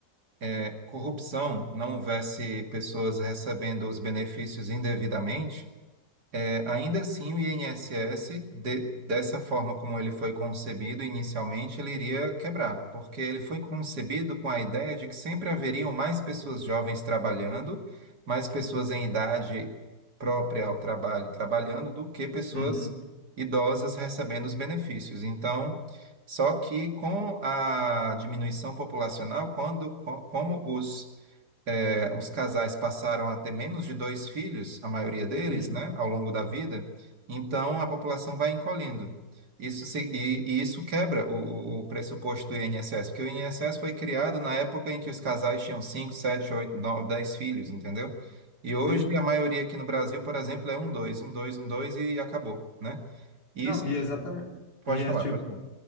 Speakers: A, on the right; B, on the left.
A: é, corrupção, não houvesse pessoas recebendo os benefícios indevidamente, é, ainda assim, o INSS, de- dessa forma como ele foi concebido inicialmente, ele iria quebrar, porque ele foi concebido com a ideia de que sempre haveriam mais pessoas jovens trabalhando, mais pessoas em idade própria ao trabalho trabalhando, do que pessoas
B: Uhum.
A: idosas recebendo os benefícios. Então, só que com a diminuição populacional, quando, co- como os é, os casais passaram a ter menos de dois filhos, a maioria deles,
B: Sim,
A: né, ao longo da vida, então a população vai encolhendo. Isso se- e, e isso quebra o, o- o pressuposto do INSS, porque o INSS foi criado na época em que os casais tinham 5 7 8 9 10 filhos, entendeu? E hoje
B: sim.
A: a maioria aqui no Brasil, por exemplo, é um, dois, um, dois, um, dois e acabou, né? E
B: Não,
A: isso,
B: e exatamente.
A: pode
B: E é
A: falar,
B: tipo,
A: pode falar.